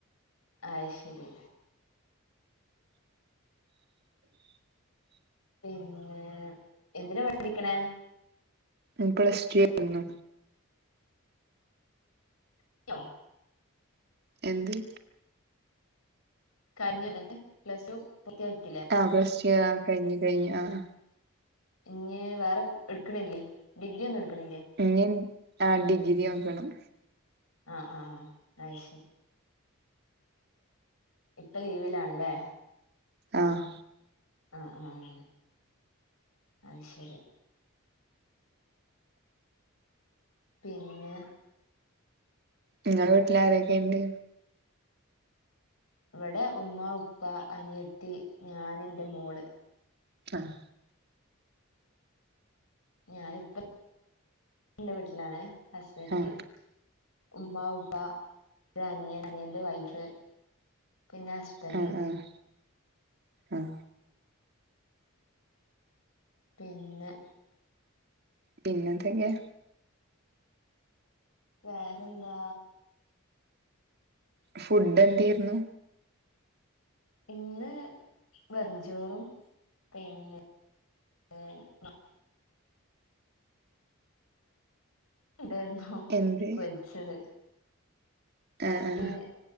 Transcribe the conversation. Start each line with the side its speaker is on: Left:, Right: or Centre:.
Left: അയ്ശെരി
Right: <inaudible>
Left: പിന്നെ എന്തിനാ പഠിക്ക്ണേ
Right: ഞാൻ പ്ലസ്ടു <inaudible> ന്നു
Left: <unintelligible>
Right: എന്തി
Left: കഴിഞ്ഞോന്നട്ട് പ്ലസ്ടു പുത്തിയാക്കില്ലേ
Right: ആഹ പ്ലസ്‌ ടു കഴിഞ്ഞു കഴിഞ്ഞു ആഹ ആഹ
Left: ഇഞ് വേറെ ഇട്ക്കിണില്ലേ ഡിഗ്രി ഒന്നും ഇട്ക്കിണില്ലേ
Right: ഇഞ്ഞിൻ ആഹ ഡിഗ്രി നോക്കണം
Left: ആഹ ആഹ ആഹ അയ്ശെരി ഇപ്പ ലീവിലാണ്ല്ലേ
Right: ആഹ
Left: അഹ ആഹ അഹ് ശെരി പിന്നെ
Right: ഇങ്ങളെ വീട്ടില് ആരെക്കെണ്ട്
Left: ഇവടെ ഉമ്മ ഉപ്പ അനിയത്തി ഞാന് ന്റെ മോള്
Right: ആഹ
Left: ഞാനിപ്പ ന്റെ വീട്ടിലാണ് ഹസ്ബന്ഡി
Right: ആഹ്
Left: ഉമ്മാ ഉപ്പ ഒരനിയൻ അനിയന്റെ വൈഫ് പിന്നെ ഹസ്ബന്റും
Right: ആഹ് ആഹ് ആഹ്
Left: പിന്നെ
Right: പിന്നെന്തെക്കെ
Left: വേറെന്താ
Right: ഫുഡ്‌ന്തേര്ന്നു
Left: ഇന്ന് വെറുഞ്ചോറും പിന്നെ ഏ അഹ ണ്ടെര്ന്നൊ
Right: എന്ത്
Left: ച്ചത് മത്തീന്
Right: ആഹ്